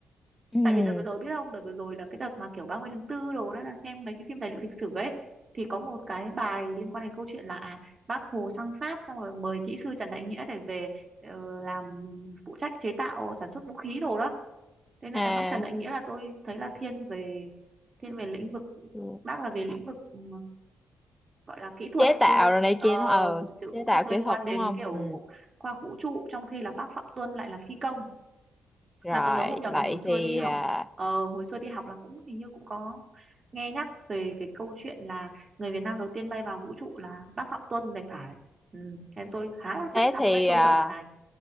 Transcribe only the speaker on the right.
tại vì đợt vừa rồi biết không đợt vừa rồi là cái đợt mà kiểu 30 tháng tư đồ đó là xem mấy cái phim tài liệu lịch sử ấy thì có một cái bài liên quan đến câu chuyện là à, bác Hồ sang Pháp xong rồi mời kỹ sư Trần Đại Nghĩa để về ờ, làm phụ trách chế tạo sản xuất vũ khí đồ đó thế nên
là bác Trần Đại Nghĩa là tôi thấy là thiên về thiên về lĩnh vực
bác là về lĩnh
vực ừ, gọi là kỹ thuật
chứ
ờ,
chứ
cũng không
liên
quan
đến
kiểu
khoa học vũ trụ trong khi là bác Phạm Tuân lại là phi công
mà tôi nhớ không nhầm
là hồi
xưa đi học
ờ, hồi xưa đi học là cũng hình như cũng có nghe nhắc về cái câu chuyện là người Việt Nam đầu tiên bay vào vũ trụ là bác Phạm Tuân này phải ừ, thế tôi khá là
chắc chắn
với câu
trả lời này